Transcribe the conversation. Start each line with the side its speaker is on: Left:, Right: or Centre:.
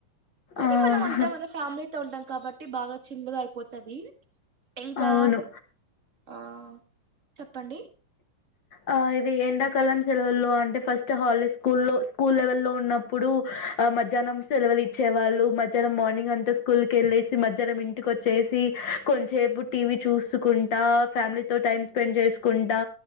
Right: కానీ
Left: ఆ
Right: మనమంతా మన ఫ్యామిలీ తా ఉంటాం కాబట్టి బాగా చిల్లుగా అయిపోతాది ఇంకా
Left: అవును.
Right: ఆ చెప్పండి
Left: ఆ ఇది ఎండాకాలం సెలవుల్లో అంటే ఫస్ట్ హాలిడే స్కూల్ లో స్కూల్ లెవెల్లో ఉన్నప్పుడు అ మధ్యాహ్నం సెలవులు ఇచ్చేవాళ్ళు మధ్యాహ్నం మార్నింగ్ అంతా స్కూల్ కెళ్ళేసి మధ్యాహ్నం ఇంటికి వచ్చేసి కొంచసేపు టీవీ చూసుకుంటా ఫ్యామిలీతో టైం స్పెండ్ చేసుకు డా